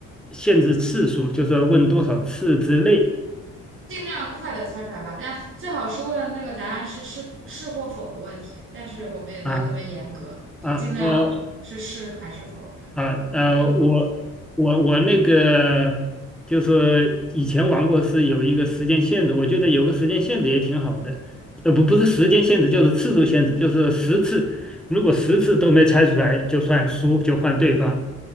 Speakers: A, in the centre; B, on the right (about 40°).
A: 限制次数，就是说问多少次之内
B: 尽量快的猜出来吧。但最好是问那个答案是是是或否的问题，但是我们也没有那么严格，
A: 啊
B: 就尽量是是还是否这样。
A: 啊呃啊呃，
B: 就
A: 我我我那个就是以前玩过是有一个时间限制，我觉得有个时间限制也挺好的，呃，不不是时间限制，就是次数限制，就是十次，如果十次都没猜出来就算输，就换对方。